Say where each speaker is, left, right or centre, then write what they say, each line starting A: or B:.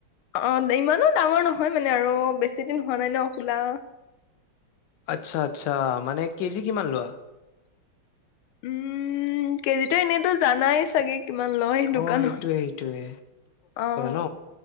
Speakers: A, on the left; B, on the left.
A: অ, ইমানো ডাঙৰ নহয় মানে আৰু বেছি দিন হোৱা নাই ন খোলা।
B: আচ্ছা, আচ্ছা মানে কেজি কিমান লোৱা?
A: উম, কেজিতো এনেইতো জানাই চাগে। কিমান লয় দোকানত
B: অ' সেইটোৱে, সেইটোৱে।
A: আহ,
B: ন?